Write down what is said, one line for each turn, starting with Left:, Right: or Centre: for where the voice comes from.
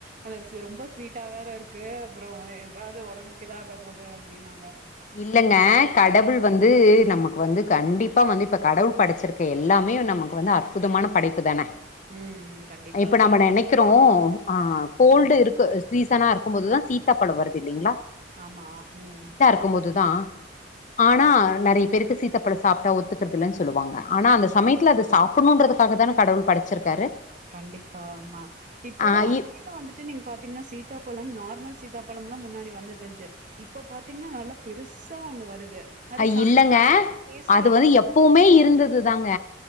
Right: அந்த ஸ்வ ரொம்ப ஸ்வீட்டா வேற இருக்கு அப்புற ஏதாவது ஒடம்புக்கு இதாகப் போது அப்பிடின்னாங்க
Left: இல்லங்க கடவுள் வந்து நமக்கு வந்து கண்டிப்பா வந்து இப்போ கடவுள் படச்சிருக்க எல்லாமே நமக்கு வந்து அ ற்புதமான படைப்பு தானே
Right: ம் ம் கண்டிப்பா
Left: இப்ப நம்ம நெனக் கிறோ ஆ கோல்டு இருக்க சீசனா இருக்கும் போது தா சீதா பழ வருது இல்லைங்களா
Right: ஆமா ம்
Left: கும் போதுதா ஆனா நெறைய பேருக்கு சீத்தாப்பழ சாப்ட்டா ஒத்துக்கிறதில்லேன்னு சொல்லுவாங்க ஆனா அந்த சமயத்துல அத சாப்புட்ணுன்றதுக்காக தானே கடவுள் படச்சிருக்காரு
Right: கண்டிப்பா ஆமா இப்போ
Left: ஆ
Right: அது
Left: இ
Right: டா வந்துட்டு நீங்க பாத்தீங்கன்னா சீதாப்பழம் நார்மல் சீதாப்பழம் எல்லாம் முன்னாடி வந்துட்டு இருந்துச்சு இப்ப பாத்தீங்கன்னா நல்லா பெருசா ஒண்ணு வருது அது
Left: அ
Right: சாப்ப
Left: இல்லங்க
Right: டேஸ்டா
Left: அது
Right: இருக்கு
Left: வந்து எப்போவுமே இருந்தது தாங்க